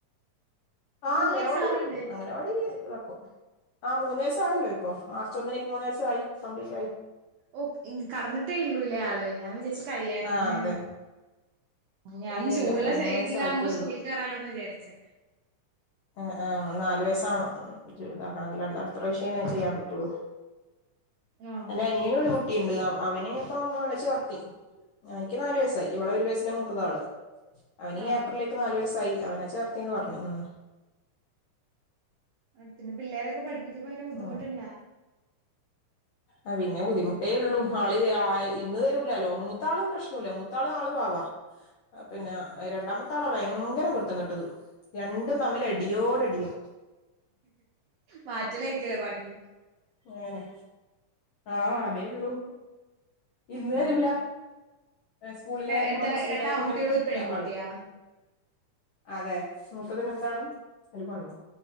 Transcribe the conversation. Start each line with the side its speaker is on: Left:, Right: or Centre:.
Left: ആഹ്
Right: മൂന്ന്
Left: അങ്ങനവാടീല്
Right: വയസ്സാവണ്ടേ?
Left: ഇട്ക്കും അങ്ങനവാടീല് ഇതാക്കും ആഹ് മൂന്ന് വയസ്സായല്ലൊ ഇപ്പൊ മാർച്ച് ഒന്നിലേക്ക് മൂന്ന് വയസു ആയി കംപ്ലീറ്റായി
Right: ഓഹ് ഇൻ കട്ന്നിട്ടേ ഇള്ളൂലേ ആള് ഞാൻ വിചാര്ച്ചു കഴിയാർന്ന്
Left: ആഹ് അതെ
Right: ഞാൻ
Left: ഇല്ല
Right: ജൂണ്ലെ
Left: ഇല്ല
Right: സെ
Left: മൂന്ന് വയസ്സായിട്ടേ
Right: ഇതിലാവ്മ്പാെ
Left: ഉള്ളൂ
Right: സ്കൂളി കേറാലോന്ന് വിചാര്ച്ച്
Left: ആഹ് ആഹ് നാല് വയസ്സാവണം ഉം <unintelligible> അട്ത്ത പ്രാവ്ശ്യേ ഇനി അത് ചെയ്യാൻ പറ്റാെള്ളൂ
Right: ആഹ്
Left: എൻ്റെ അനിയന് ഒരു കുട്ടിയിണ്ട് അവ അവന് ഇപ്പം അവനെ ചേർത്തി ആഹ് എനിയ്ക്ക് നാല് വയസ്സായി ഇവളെ ഒരു വയസ്സിന്റെ മൂത്തതാ ആള് അവനീ
Right: ആഹ്
Left: ഏപ്രിൽലേക്ക് നാല് വയ്സായി അവനെ ചേർതീന്ന് പർഞ്ഞു ഉം
Right: അഹ് പിന്നെ പിള്ളേരൊക്കെ പഠിപ്പിക്കുമ്പയ്ന്റെ
Left: അങ്ങനെ
Right: ബുദ്ധിമുട്ട്ണ്ടാ
Left: ആഹ് പിന്നെ ബുദ്ധിമുട്ടേ ഇള്ളു ആള് ആഹ് ഇര്ന്ന് തെരൂലാല്ലോ മൂത്ത ആള് പ്രശ് നൂലാ മൂത്താള് ആള് പാവാ പിന്നെ രണ്ടാമത്തെ ആളാ ഭയ്ങ്കരം കുര്ത്തം കെട്ടെത് രണ്ടും തമ്മിലടിയോടടിയാ
Right: മാറ്റലായ്രിക്കുലെ പണി
Left: ങ്ങെനെ ആഹ് അതേ ഇള്ളൂ ഇര്ന്ന്
Right: ആഹ്
Left: തെരൂലാ സ്കൂളിലായാലും
Right: എത്ര
Left: മദ്രസിയിലായാലും
Right: രണ്ട് ആൺകുട്ടികളും
Left: ഇങ്ങെനെ ഇര്ക്കൂല
Right: ഒരു പെൺകുട്ടിയാ
Left: ആള് അതെ മൂത്തതിനെന്താണ് ഒര് പെണ്ണും